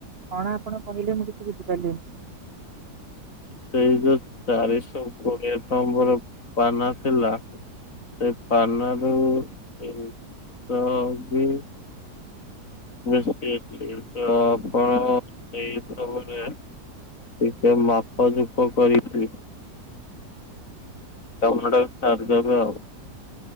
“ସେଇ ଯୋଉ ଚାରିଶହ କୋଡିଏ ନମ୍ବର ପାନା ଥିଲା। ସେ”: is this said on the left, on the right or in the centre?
Left